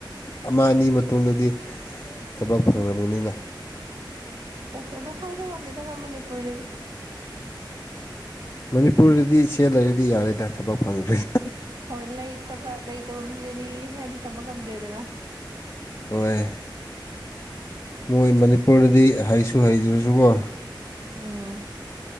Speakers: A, on the left; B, on the right.
A: ꯑꯃ ꯑꯅꯤ ꯃꯇꯨꯡꯗꯗꯤ ꯊꯕꯥꯎ ꯐꯪꯒ꯭ꯔ ꯃꯅꯤ ꯂ
B: ꯑ ꯑꯁ ꯑꯗꯨꯣ ꯍꯥꯏꯕ ꯉꯝꯂꯗ ꯑꯩꯈꯣꯏ ꯃꯅꯤꯄꯨꯔꯗꯗꯤ
A: ꯃꯅꯤꯄꯨꯔꯗꯗꯤ ꯁꯦꯠ ꯂꯩꯔꯗꯤ ꯌꯥꯔꯦꯗ ꯊꯕꯛ ꯐꯪꯈ꯭ꯔꯦ
B: ꯍꯣꯏ ꯂꯩꯇꯕ ꯂꯩꯇꯕ ꯃꯤꯗꯗꯤ ꯍꯥꯏꯗꯤ ꯇꯝꯕ ꯉꯝꯗ꯭ꯔꯦꯗꯅ
A: ꯍꯣꯏ ꯃꯣꯏ ꯃꯅꯤꯄꯨꯔꯗꯗꯤ ꯍꯩꯁꯨ ꯍꯩꯇ꯭ꯔꯁꯨꯀꯣ
B: ꯎꯝ